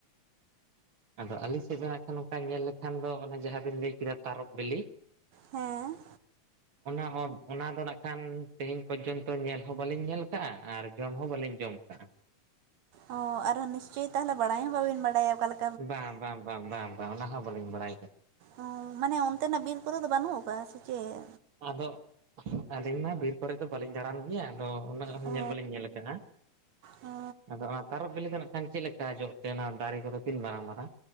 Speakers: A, on the right; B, on the right.
A: ᱟᱫᱚ ᱟᱹᱞᱤᱧ ᱥᱮᱫ ᱫᱚ ᱦᱟᱜ ᱱᱚᱝᱠᱟ ᱧᱮᱞ ᱞᱮᱠᱷᱟᱱ ᱫᱚ ᱚᱱᱮ ᱡᱟᱦᱟᱸ ᱵᱤᱱ ᱞᱟᱹᱭ ᱠᱮᱫᱟ ᱛᱟᱨᱚᱵ ᱵᱤᱞᱤ᱾
B: ᱦᱮᱸ
A: <inaudible> ᱚᱱᱟ ᱦᱚᱸ ᱚᱱᱟ ᱫᱚ ᱱᱟᱜ ᱠᱷᱟᱱ ᱛᱮᱦᱮᱧ ᱯᱚᱡᱡᱚᱱᱛᱚ ᱧᱮᱞ ᱦᱚᱸ ᱵᱟᱹᱞᱤᱧ ᱧᱮᱞ ᱠᱟᱜᱼᱟ, ᱟᱨ ᱡᱚᱢ ᱦᱚᱸ ᱵᱟᱹᱞᱤᱧ ᱡᱚᱢ ᱠᱟᱜᱼᱟ᱾
B: ᱦᱚᱸ ᱟᱨ ᱱᱤᱥᱪᱚᱭ ᱛᱟᱦᱚᱞᱮ ᱵᱟᱲᱟᱭ ᱦᱚᱸ ᱵᱟᱹᱵᱤᱱ ᱵᱟᱲᱟᱭᱟ ᱚᱠᱟᱞᱮᱠᱼᱼ
A: ᱵᱟᱝ ᱵᱟᱝ ᱵᱟᱝ ᱵᱟᱝ ᱵᱟᱝ ᱚᱱᱟ ᱦᱚᱸ ᱵᱟᱹᱞᱤᱧ ᱵᱟᱲᱟᱭ
B: <inaudible> ᱢᱟᱱᱮ ᱚᱱᱛᱮᱱᱟᱜ ᱵᱤᱨ ᱠᱚᱨᱮ ᱫᱚ ᱵᱟᱹᱱᱩᱜ ᱟᱠᱟᱫᱟ ᱥᱮ ᱪᱮᱫ
A: ᱟᱫᱚ ᱟᱹᱞᱤᱧ ᱢᱟ ᱵᱤᱨ ᱠᱚᱨᱮ ᱫᱚ ᱵᱟᱹᱞᱤᱧ ᱫᱟᱬᱟᱱ ᱜᱮᱭᱟ ᱟᱫᱚ ᱩᱱᱟᱹᱜ ᱦᱚᱸ
B: ᱚ
A: ᱧᱮᱞ ᱵᱟᱹᱞᱤᱧ ᱧᱮᱞ ᱟᱠᱟᱫᱼᱟ
B: ᱚ
A: ᱟᱫᱚ ᱚᱱᱟ ᱛᱟᱨᱚᱵ ᱵᱤᱞᱤ ᱫᱚ ᱪᱮᱫ ᱞᱮᱠᱟ ᱡᱚ ᱛᱟᱦᱮᱸᱱᱟ ᱫᱟᱨᱮ ᱠᱚᱫᱚ ᱛᱤᱱ ᱢᱟᱨᱟᱝ ᱢᱟᱨᱟᱝ